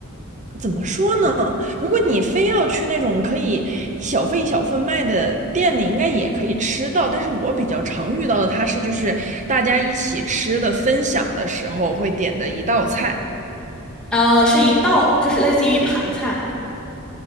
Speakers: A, on the right; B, in the centre.
A: 怎么说呢？如果你非要去那种可以一小份一小份卖的店里，应该也可以吃到。但是我比较常遇到的，它是就是大家一起吃的分享的时候会点的一道菜。
B: 呃，是一道，就是类似于一盘菜。